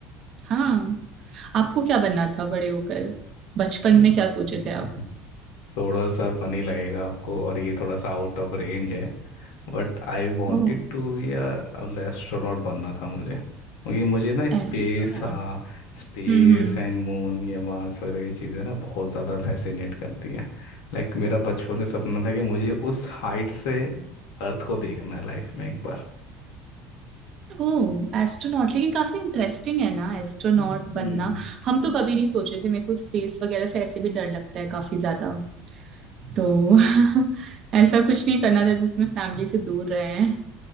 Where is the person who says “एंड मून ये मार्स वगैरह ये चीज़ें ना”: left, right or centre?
Left